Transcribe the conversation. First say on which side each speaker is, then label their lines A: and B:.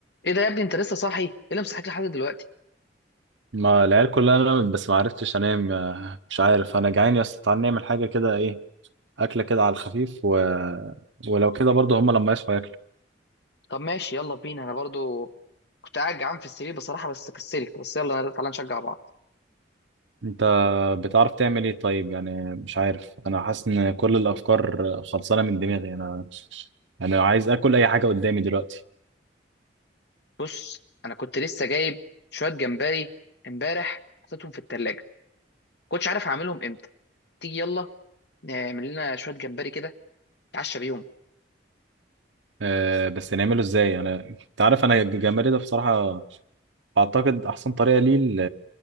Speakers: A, on the left; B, on the right.
A: ايه ده يا ابني انت لسه صاحي ايه اللي مصحيك لحد دلوقتي
B: ما العيال كلها نامت بس ما عرفتش انام آه، مش عارف انا جعان يا اسطى تعال نعمل حاجه كده ايه اكله كده على الخفيف و... ولو كده برضه هما لما يصحوا ياكلوا
A: طب ماشي يلا بينا انا برضو كنت قاعد جعان في السرير بصراحه بس كسلت بس يلا تعالى نشجع بعض
B: انت بتعرف تعمل ايه طيب يعني مش عارف انا حاسس ان كل الافكار خلصانه من دماغي انا انا عايز اكل اي حاجه قدامي دلوقتي
A: بص انا كنت لسه جايب شويه جمبري امبارح حطيتهم في التلاجة كنتش عارف اعملهم امتى تيجي يلا نعمل لنا شويه جمبري كده نتعشى بيهم
B: أه بس نعمله ازاي انا انت عارف انا الجمبري ده بصراحه اعتقد احسن طريقه ليه ال-